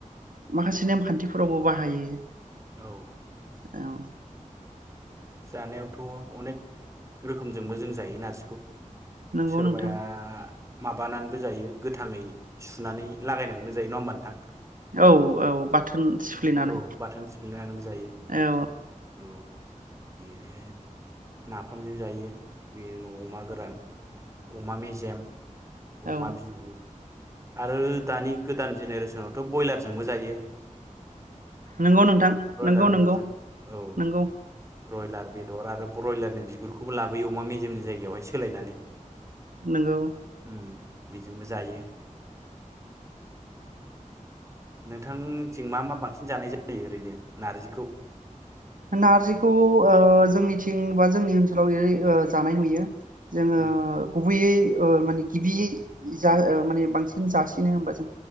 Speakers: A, on the right; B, on the right.
A: माखासे नेम खानथिफोरावबो बाहायो
B: औ
A: औ
B: जानायावथ' अनेक रोखोमजोंबो जों जायो नारजिखौ
A: नंगौ
B: सोरबाया
A: नोंथां
B: माबानानैबो जायो गोथाङै सुनानै लागायनानैबो जायो नङा होनबा नोथां?
A: औ औ बाथोन सिफ्लेनानै
B: औ बाथोन सिफ्लेनानैबो जायो
A: औ
B: औ बेनो नाफामजों जायो बेनि न' अमा गोरान अमा मे जेम अमा
A: औ
B: बिबु आरो दानि गोदान जेनेरेसनावथ' ब्रयलारजोंबो जायो <inaudible>
A: नंगौ नोंथां
B: ब्रयलार
A: नंगौ
B: बेदरजों
A: नंगौ
B: औ
A: नंगौ।
B: ब्रयलार बेदर आरो ब्रयलारनि बिगुरखौबो लाबोयो अमा मेजेमनि जायगायावहाय सोलायनानै।
A: नंगौ
B: उम बेजोंबो जायो। नोंथांनिथिं मा मा बांसिन जानाय जायो ओरैनो नारजिखौ?
A: नारजिखौ ओ जोंनिथिं बा जोंनि ओनसोलाव एरै जानाय नुयो। जोङो
B: उम
A: गुबैयै ओ माने गिबियै जा माने बांसिन जासिनो होनबा जों